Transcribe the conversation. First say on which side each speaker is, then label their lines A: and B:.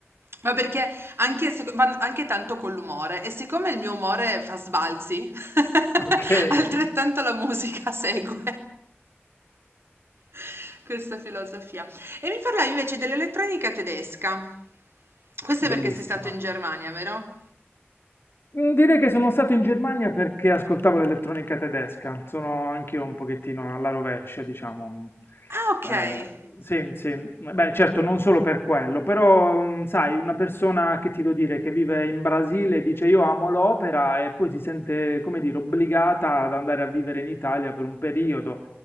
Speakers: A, on the right; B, on the left.
A: ma perché anche seco van anche tanto con l'umore e siccome il mio umore fa sbalzi, <laughs>
B: Okay,
A: altrettanto la musica segue <laughs> questa filosofia. E mi parlavi invece dell'elettronica tedesca. Questo
B: bellissima.
A: è perché sei stato in Germania, vero?
B: Mhmm, direi che sono stato in Germania perché ascoltavo l'elettronica tedesca. Sono anch'io un pochettino alla rovescia, diciamo, mhmm,
A: Ah, okay,
B: ehm, sì, sì, mhmm, beh, certo non solo per quello, però, mhmm, sai, una persona che ti devo dire, che vive in Brasile dice: "Io amo l'opera" e poi si sente, come dire, obbligata ad andare a vivere in Italia per un periodo.